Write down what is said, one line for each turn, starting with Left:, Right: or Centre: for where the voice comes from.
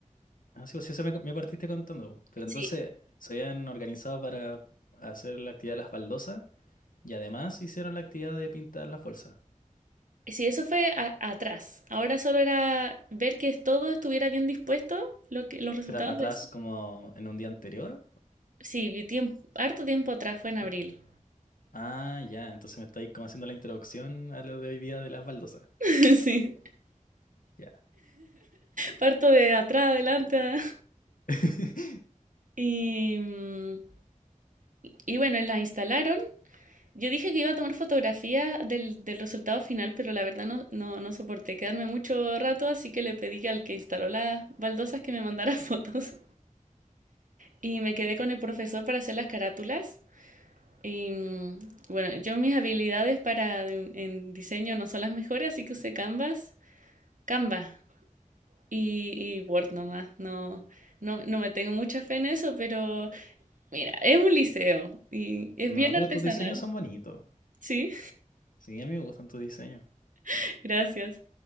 Left: Ah, sí, pues sí, eso me, me partiste contando. po. Pero
Right: Sí,
Left: entonces se habían organizado para hacer la actividad de las baldosas y además hicieron la actividad de pintar las bolsas.
Right: Sí, eso fue a- atrás. Ahora solo era ver que todo estuviera bien dispuesto, lo que, los resultados
Left: Pero atrás,
Right: de...
Left: como en un día anterior.
Right: Sí, vi tiemp- harto tiempo atrás, fue en abril.
Left: Ah, ya, entonces me estáis como haciendo la introducción a lo de hoy día de las baldosas.
Right: <laughs> Sí,
Left: Ya.
Right: parto de atrás, adelante. a-
Left: <laughs>
Right: Y, mm, y bueno, la instalaron. Yo dije que iba a tomar fotografía del, del resultado final, pero la verdad no, no, no soporté quedarme mucho rato, así que le pedí al que instaló las baldosas que me mandara <laughs> fotos. Y me quedé con el profesor para hacer las carátulas. Y mm, bueno, yo mis habilidades para en diseño no son las mejores, así que usé Canvas, Canva y, y Word nomás. No, no, no me tengo mucha fe en eso, pero mira, es un liceo y es
Left: No,
Right: bien
Left: pero
Right: artesanal.
Left: tus diseños son bonitos.
Right: Sí,
Left: Sí, a mí me gustan tus diseños.
Right: <laughs> gracias.